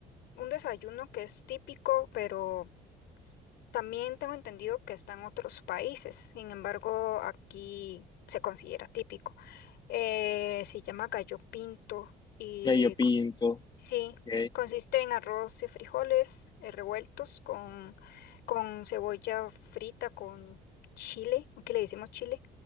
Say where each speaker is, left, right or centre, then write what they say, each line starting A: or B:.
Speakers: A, on the left; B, on the left.
A: un desayuno que es típico, pero también tengo entendido que está en otros países. Sin embargo, aquí se considera típico. Eh, se llama gallo pinto y
B: Ya yo pinto,
A: con- sí,
B: ok.
A: consiste en arroz y frijoles eh, revueltos con, con cebolla frita, con chile, aquí le decimos chile